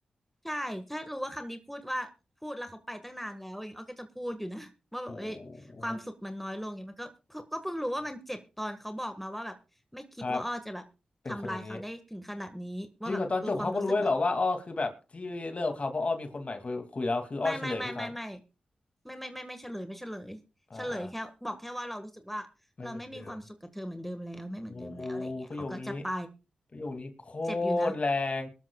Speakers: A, in the centre; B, on the left (about 50°).
A: ใช่ ถ้ารู้ว่าคำนี้พูดว่าพูดแล้วเขาไปตั้งนานแล้วเองอ้อก็จะพูดอยู่นะ <laughs> ว่าแบบเอ้ยความสุขมันน้อยลงเนี่ยมันก็ก็ก็เพิ่งรู้ว่ามันเจ็บตอนเขาบอกมาว่าแบบไม่คิดว่าอ้อจะแบบทำลายเขาได้ถึงขนาดนี้ว่าแบบเออความรู้สึกแบบ
B: โอ้โหครับ เป็นคนอย่างนี้จริงเหรอตอนจบเขาก็รู้เลยเหรอว่าอ้อคือแบบที่เลิกกับเขาเพราะอ้อมีคนใหม่คุยคุยแล้วคืออ้อเฉลยทุกครั้ง
A: ไม่ไม่ไม่ไม่ไม่ไม่ไม่ไม่ไม่ไม่ไม่เฉลยไม่เฉลยเฉลยแค่บอกแค่ว่าเรารู้สึกว่าเราไม่มีความสุขกับเธอเหมือนเดิมแล้วไม่เหมือนเดิมแล้วอะไรอย่างเงี้ยเขาก็จะไป
B: อ่าอ่าไม่เหมือนเดิมโอ้ประโยคนี้ประโยคนี้โค
A: เจ็บอยู่นะ
B: ตรแรง